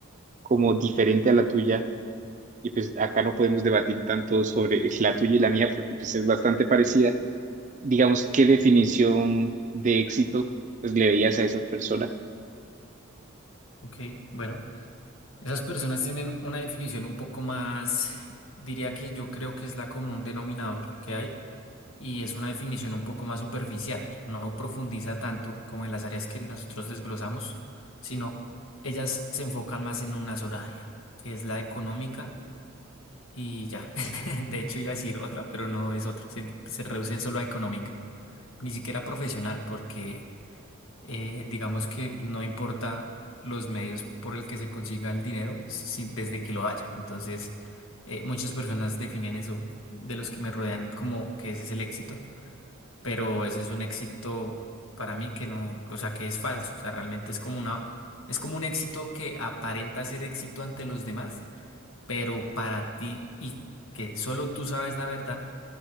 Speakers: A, on the right (about 35°); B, on the left (about 70°).
A: como diferente a la tuya y pues acá no podemos debatir tanto sobre la tuya y la mía porque pues es bastante parecida. Digamos, ¿qué definición de éxito pues le veías a esas personas?
B: Ok, bueno, esas personas tienen una definición un poco más, diría que yo creo que es la común denominador que hay, y es una definición un poco más superficial, no profundiza tanto como en las áreas que nosotros desglosamos, sino ellas se enfocan más en una sola área, que es la económica y ya. <laughs> De hecho, iba a decir otra, pero no es otra. Se, se reduce solo a económica, ni siquiera profesional, porque eh, digamos que no importa los medios por el que se consiga el dinero, si- desde que lo haya. Entonces, eh, muchas personas definen eso de los que me rodean como que ese es el éxito, pero ese es un éxito para mí que no, o sea, que es falso. O sea, realmente es como una, es como un éxito que aparenta ser éxito ante los demás pero para ti y que solo tú sabes la verdad,